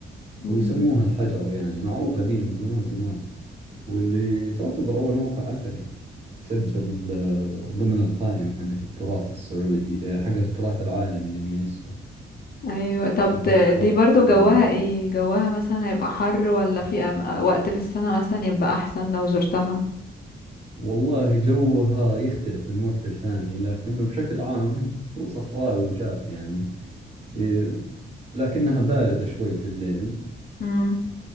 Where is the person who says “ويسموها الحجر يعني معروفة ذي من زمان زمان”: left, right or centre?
Right